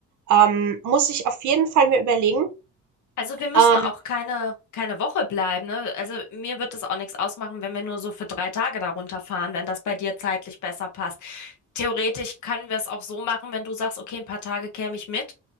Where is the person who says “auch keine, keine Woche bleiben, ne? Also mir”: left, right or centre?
Left